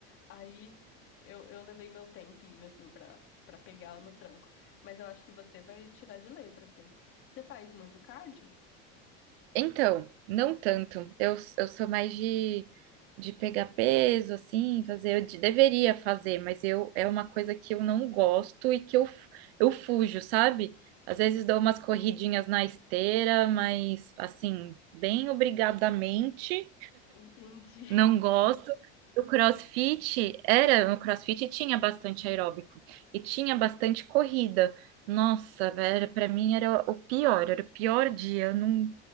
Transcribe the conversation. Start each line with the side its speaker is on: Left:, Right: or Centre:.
Left: Aí eu, eu levei meu tempinho, assim, pra, pra pegar no tranco. Mas eu acho que você vai tirar de letra, assim. Você faz muito cardio?
Right: Então, não tanto. Eu, eu sou mais de, de pegar peso, assim, fazer. Eu de- deveria fazer, mas eu é uma coisa que eu não gosto e que eu, fu- eu fujo, sabe? Às vezes dou umas corridinhas na esteira, mas assim, bem obrigadamente.
Left: Entendi.
Right: Não gosto. O CrossFit era, no CrossFit tinha bastante aeróbico e tinha bastante corrida. Nossa, velho, para mim era o pior, era o pior dia. Eu não,